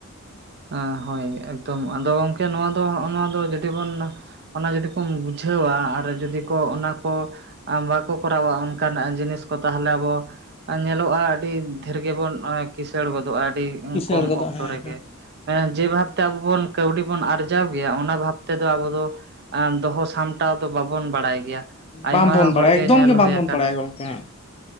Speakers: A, on the right (about 50°); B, on the left (about 25°).
A: ᱟ ᱦᱳᱭ ᱮᱠᱫᱚᱢ, ᱟᱫᱚ ᱜᱚᱝᱠᱮ ᱱᱚᱣᱟ ᱫᱚ ᱦᱚᱜ ᱫᱚ ᱡᱩᱫᱤ ᱵᱚᱱ ᱚᱱᱟ ᱡᱩᱫᱤ ᱠᱚᱢ ᱵᱩᱡᱷᱟᱹᱣᱟ, ᱟᱨ ᱡᱩᱫᱤ ᱠᱚ ᱚᱱᱟ ᱠᱚ ᱟ ᱵᱟᱠᱚ ᱠᱚᱨᱟᱣᱟ ᱚᱱᱠᱟᱱᱟᱜ ᱡᱤᱱᱤᱥ ᱠᱚ ᱛᱟᱦᱚᱞᱮ ᱟᱵᱚ ᱧᱮᱞᱚᱜᱼᱟ ᱟᱹᱰᱤ ᱰᱷᱮᱨ ᱜᱮᱵᱚᱱ ᱠᱤᱥᱟᱹᱬ ᱜᱚᱫᱚᱜᱼᱟ ᱟᱹᱰᱤ
B: ᱠᱤᱥᱟᱹᱬ
A: ᱠᱚᱢ
B: ᱜᱚᱫᱚᱜ
A: ᱚᱠᱛᱚ
B: ᱦᱮᱸ
A: ᱨᱮᱜᱮ᱾
B: ᱦᱮᱸ
A: ᱮ ᱡᱮ ᱵᱷᱟᱵᱛᱮ ᱟᱵᱚ ᱵᱚᱱ ᱠᱟᱹᱣᱰᱤ ᱵᱚᱱ ᱟᱨᱡᱟᱣ ᱜᱮᱭᱟ, ᱚᱱᱟ ᱵᱷᱟᱵ ᱛᱮᱫᱚ ᱟᱵᱚ ᱫᱚᱵᱚ ᱟᱨ ᱫᱚᱦᱚ ᱥᱟᱢᱴᱟᱣ ᱫᱚ ᱵᱟᱵᱚᱱ ᱵᱟᱲᱟᱭ ᱜᱮᱭᱟ᱾ ᱟᱭᱢᱟ
B: ᱵᱟᱢ ᱵᱚᱱ
A: ᱦᱚᱲᱜᱮ
B: ᱵᱟᱲᱟᱭᱟ, ᱮᱠᱫᱚᱢ
A: ᱧᱮᱞ
B: ᱜᱮ ᱵᱟᱢᱵᱚᱱ
A: ᱦᱩᱭ ᱟᱠᱟᱱᱟ
B: ᱵᱟᱲᱟᱭᱟ ᱜᱚᱝᱠᱮ ᱦᱮᱸ᱾